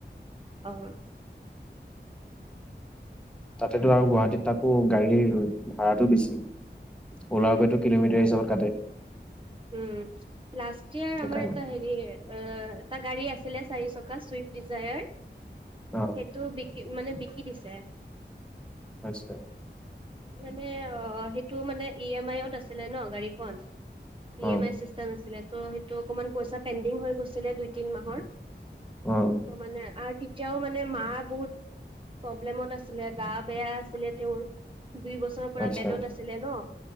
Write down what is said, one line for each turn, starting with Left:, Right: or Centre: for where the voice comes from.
Right: অ <unintelligible>
Centre: তাতেতো আৰু গুৱাহাটীত তাকো গাড়ীৰ ভাড়াটো বেছি। ওলা
Right: উম
Centre: উবেৰ টো কিলোমিটাৰ হিচাপত কাটে।
Right: উম লাষ্ট ইয়াৰ
Centre: সেইকাৰণে
Right: আমাৰ এটা হ তাৰ গাড়ী আছিলে চাৰি চকা চুইফ্ট ডিজায়াৰ
Centre: অ,
Right: সেইটো বিকি মানে বিকি দিছে।
Centre: আচ্ছা।
Right: মানে অ সেইটো মানে ই এম আইত আছিলে ন গাড়ীখন।
Centre: uh
Right: E M I system আছিলে ত' সেইটো অকমান পইচা পেণ্ডিং হৈ গৈছিলে দুই তিন মাহৰ।
Centre: অ।
Right: ত' মানে আৰু তেতিয়াও মানে মা বহুত প্ৰব্লেমত আছিলে গা বেয়া আছ তেওঁৰ দুই বছৰৰ পৰা
Centre: আচ্ছা
Right: বেডত আছিলে ন!